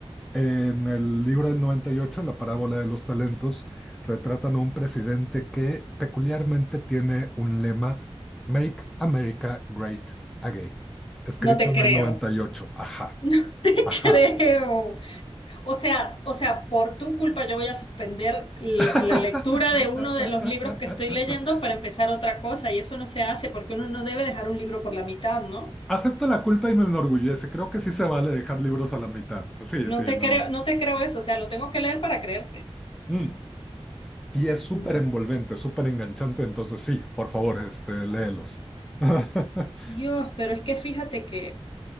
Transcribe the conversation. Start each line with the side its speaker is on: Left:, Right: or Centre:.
Centre: en el libro del 98, en la parábola de los talentos, retratan a un presidente que peculiarmente tiene un lema, Make America Great Again, escrito
Left: No te
Centre: en
Left: creo.
Centre: el 98. Ajá,
Left: <laughs> No te
Centre: ajá.
Left: creo. O sea, o sea, por tu culpa yo voy a suspender l-
Centre: <laughs>
Left: la lectura de uno de los libros que estoy leyendo para empezar otra cosa y eso no se hace porque uno no debe dejar un libro por la mitad, ¿no?
Centre: Acepto la culpa y me enorgullece. Creo que sí se vale dejar libros a la mitad. Sí,
Left: No
Centre: sí,
Left: te
Centre: no.
Left: creo, no te creo eso, o sea, lo tengo que leer para creerte.
Centre: Mm. Y es súper
Left: Mm.
Centre: envolvente, súper enganchante. Entonces, sí, por favor, este, léelos. <laughs>
Left: Dios, pero es que fíjate que